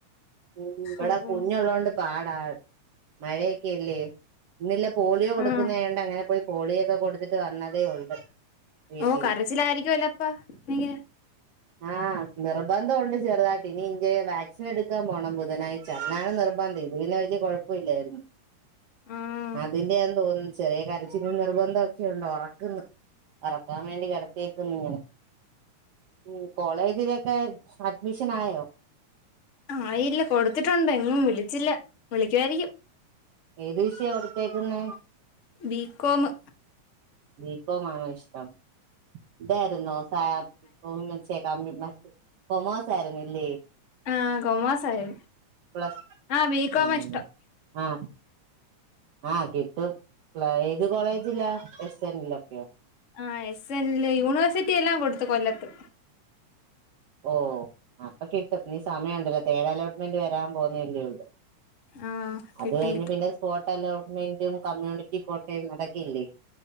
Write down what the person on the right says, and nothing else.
ഉം ഇവ്ടെ
കുഞ്ഞൊള്ളോണ്ട് പാടാ മഴയൊക്കെഇല്ലേ ഇന്നില്ലെ പോളിയോ കൊടുക്കുന്ന
ആയോണ്ട് അങ്ങനെ പോയി പോളിയോ ഒക്കെ കൊടുത്തി ട്ട് വന്നതേ ഒള്ള് വീട്ടില്
ആഹ് ആ നിർബന്ധം ഒണ്ട് ചെറുതാട്ട് ഇനി ഇന്ജെ വാക്സിൻ എടുക്കാൻ പോണം ബുധനാഴ്ച അന്നാണ് നിർബന്ധം ഇ ഇത് പിന്നെ വല്യ കൊഴപ്പം ഇല്ലാരുന്നു
അതിന്റെയാന്ന് തോന്നുന്നു ചെറിയ കരച്ചിലും നിർബന്ധം ഒക്കെ ഒണ്ട് ഒറക്ക്‌ന്നു ഒറക്കാൻ വേണ്ടി കിടത്തിയെക്കുന്നു ഇങ്ങനെ ഉം കോളേജിലൊക്കെ അഡ്മിഷൻ ആയോ
ഏത് വിഷയ കൊടുത്തേക്ക്‌ന്നെ
ബിക്കോമ് ആണോ ഇഷ്ടം ഇതാരുന്നൊ ഫ തോന്നുണു ചെ കംമ്പ് ബ കൊമേഴ്സായിരുന്നു ഇല്ലേ
പ്ലസ്
ഉം
ആഹ് ആഹ് കിട്ടും ഫ്ലാ ഏത് കോളേജിലാ എസ് എൻലൊക്കെയോ
ഓ അപ്പൊ കിട്ടും ഇനി സമയം ഉണ്ടല്ലോ തേട് അലോട്ട്മെന്റ് വരാൻ പോന്നല്ലേഒള്ളൂ
അത് കഴിഞ്ഞ്
പിന്നെ സ്പോട്ട് അലോട്ട്മെ ന്റും കമ്മ്യൂണിറ്റി കോട്ടയും അതൊക്കെ ഇല്ലേ